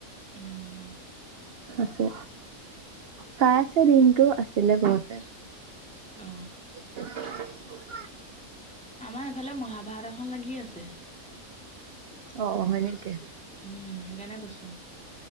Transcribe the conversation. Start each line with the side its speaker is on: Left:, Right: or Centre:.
Centre: উম
Right: আছে চাই আছে দিনতো আছিলে ঘৰতে
Centre: অ
Right: <unintelligible>
Centre: আমাৰ এইফালে মহাভাৰত এখন লাগি আছে
Right: অ' হয় নেকি
Centre: উম সেইকাৰণে কৈছো